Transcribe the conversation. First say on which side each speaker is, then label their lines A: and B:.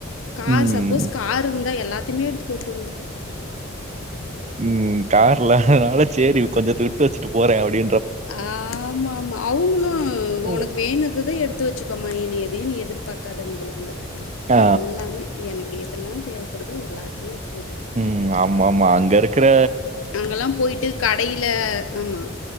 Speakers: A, on the left (about 80°); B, on the right (about 35°).
A: கார்
B: ம்.
A: சப்போஸ் கார் இரு ந்தா எல்லா த்தமே எடுத்து போட்டு வந்துருவோ
B: ம் கார்ல அதனால சேரி கொஞ்சத்த விட்டு வெச்சுட்டு போறே அப்டி
A: ஆமாமா அவுங்களு
B: ஒ
A: உனக்கு வேனுனதா எடுத் து வெச்சுக்கமா எனைய எதையு நீ எதிர்பாக்காதண்டுவாங்க
B: ஆ.
A: எல்லாமே எனக்கு எது எதெல்லா தேவப்படுதோ எல்லாத்தையு எடு
B: ம் ஆமாமா அங்க இருக் ற
A: அங்கல்லா போயிட்டு கடையில ஆமா